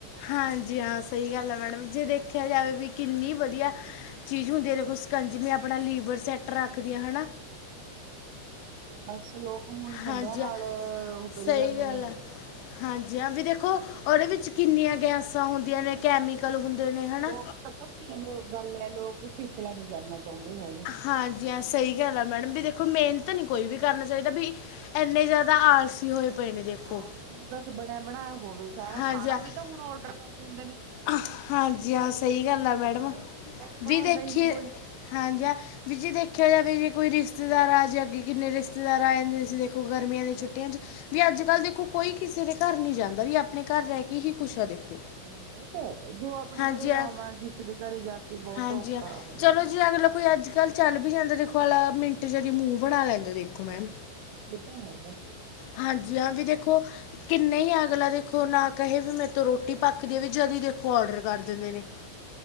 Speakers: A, on the left; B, on the right.
A: ਹਾਂਜੀ। ਹਾਂ, ਸਹੀ ਗੱਲ ਹੈ ਮੈਡਮ। ਜੇ ਦੇਖ ਦੇਖਿਆ ਜਾਵੇ ਵੀ ਕਿੰਨੀ ਵਧੀਆ ਚੀਜ਼ ਹੁੰਦੀ। ਦੇਖੋ ਸਕੰਜ ਮ ਆਪਣਾ ਲੀਵਰ ਸੈੱਟ ਰੱਖਦੀਆਂ ਹਨ।
B: ਬਸ ਲੋਕ ਹੁਣ ਠੰਡਿਆਂ
A: ਹਾਂਜੀ
B: ਨਾਲ
A: ਹਾਂ
B: ਉਹ ਕਰੀ
A: ਸਹੀ
B: ਜਾਂਦੇ
A: ਗੱਲ
B: ਨੇ।
A: ਆ ਹਾਂਜੀ। ਹਾਂ, ਵੀ ਦੇਖੋ ਉਹਦੇ ਵਿੱਚ ਕਿੰਨੀਆਂ ਗੈਸਾਂ ਹੁੰਦੀਆਂ ਨੇ। ਕੈਮੀਕਲ ਹੁੰਦੇ ਨੇ ਹਨਾ।
B: ਲੋਕ ਪਤਾ ਕੀ ਲੋ ਗੱਲ ਹੈ। ਲੋਕ ਖਿਚਲਾ ਨੀ ਕਰਨਾ ਚਾਹੁੰਦੇ ਹੈਗੇ।
A: ਹਾਂਜੀ। ਹਾਂ, ਸਹੀ ਗੱਲ ਆ ਮੈਡਮ। ਵੀ ਦੇਖੋ ਮਿਹਨਤ ਨਹੀਂ ਕੋਈ ਵੀ ਕਰਨਾ ਚਾਹੀਦਾ ਵੀ। ਇੰਨੇ ਜ਼ਿਆਦਾ ਆਲਸੀ ਹੋਏ ਪਏ ਨੇ ਦੇਖੋ।
B: ਆਲਸੀ ਬਸ ਬਣਿਆ- ਬਣਾਇਆ ਹੋਵੇ ਸਾਰਾ।
A: ਹਾਂਜੀ
B: ਖਾਣਾ
A: ਹਾਂ
B: ਵੀ ਤਾਂ ਹੁਣ ਔਡਰ ਕਰ ਲ ਹੁੰਦੇ ਨੇ।
A: ਹਾਂਜੀ। ਹਾਂ, ਸਹੀ ਗੱਲ ਆ ਮੈਡਮ।
B: ਹਾਂ। ਘਰੇ ਬਣਾਉਂਦਾ
A: ਵੀ ਦੇਖੀ
B: ਹੀ ਨੀ ਕੋਈ।
A: ਹਾਂਜੀ। ਹ ਵੀ ਜੇ ਦੇਖਿਆ ਜਾਵੇ ਜੇ ਕੋ ਰਿਸ਼ਤੇਦਾਰ ਆ ਜੇ ਅੱਗੇ ਕਿੰਨੇ ਰਿਸ਼ਤੇਦਾਰ ਆ ਜਾਂਦੇ ਤੁਸੀਂ ਦੇਖੋ ਗਰਮੀਆਂ ਦੀਆਂ ਛੱਟੀਆਂ। ਵੀ ਅੱਜ ਕੱਲ ਦੇਖੋ ਕੋਈ ਕਿਸੇ ਦੇ ਘਰ ਨ ਜਾਂਦਾ। ਵੀ ਆਪਣੇ ਘਰ ਰਹਿ ਕੇ ਹੀ ਖੁਸ਼ ਆ ਦੇਖੋ।
B: ਹਾਂ <unintelligible> ਜੋ ਆਪਣੇ
A: ਹਾਂਜੀ
B: ਘਰੇ ਰਾਮਵਾਂ
A: ਹਾਂ
B: ਕਿਸੇ ਦੇ ਘਰੇ ਜਾ ਕੇ ਬਹੁਤ
A: ਹਾਂਜੀ
B: ਔਖਾ
A: ਹਾਂ
B: ਹੋ ਜਾਂਦਾ
A: ਚਲੋ ਜੀ
B: ਹੈ।
A: ਅਗਲਾ ਕੋਈ ਅੱਜ ਕੱਲ੍ਹ ਚੱਲ ਵੀ ਜਾਂਦਾ ਦੇਖੋ ਆ। ਮਿੰਟ ਜਾਰੀ ਮੂੰਹ ਬਣਾ ਲੈਂਦਾ ਦੇਖੋ ਮੈਂਮ।
B: ਕਿਏਦਾਂ ਹੈਗਾ।
A: ਹਾਂਜੀ। ਹਾਂ, ਵੀ ਦੇਖੋ ਕਿੰਨੇ ਹੀ ਅਗਲਾ ਦੇਖੋ ਨਾ ਕਹੇ ਵੀ ਮੇਰੇ ਤੋਂ ਰੋਟੀ ਪੱਕਦੀ ਵੀ। ਜਦੀ ਦੇਖੋ ਔਡਰ ਕਰ ਦਿੰਦੇ ਨੇ।